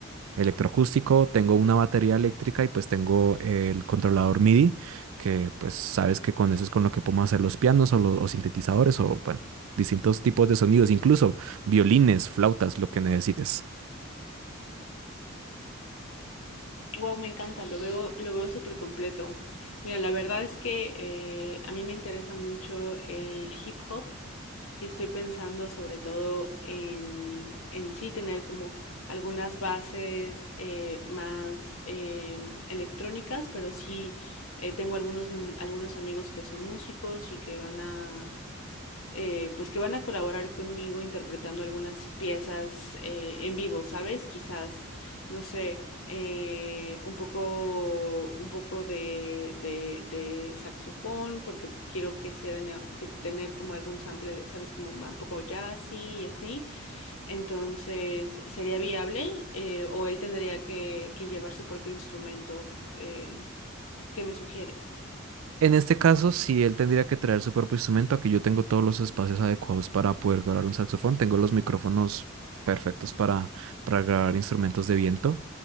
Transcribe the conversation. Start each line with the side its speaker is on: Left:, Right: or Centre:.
Right: electroacústico, tengo una batería eléctrica y pues tengo el controlador MIDI, que pues sabes que con eso es con lo que podemos hacer los pianos o los sintetizadores o bueno, distintos tipos de sonidos, incluso violines, flautas, lo que necesites.
Left: Wow, me encanta, lo veo, lo veo súper completo. Mira, la verdad es que eh, a mí me interesa mucho el hip hop y estoy pensando sobre todo en, en sí tener como algunas bases eh, más em, electrónicas, pero sí eh, tengo algunos, mu- algunos amigos que son músicos y que van a, eh, pues que van a colaborar conmigo interpretando algunas piezas eh, en vivo, ¿sabes? Quizás, no sé, eh, un poco, un poco de, de- de saxofón, porque quiero que se ven a- que tener como algún sample, ¿sabes? Como un poco jazzy y así. Entonces, ¿sería viable? Eh, ¿o él tendría que, que llevar su propio instrumento? Eh, ¿qué me sugieres?
Right: En este caso, sí, él tendría que traer su propio instrumento. Aquí yo tengo todos los espacios adecuados para poder grabar un saxofón. Tengo los micrófonos perfectos para, para grabar instrumentos de viento.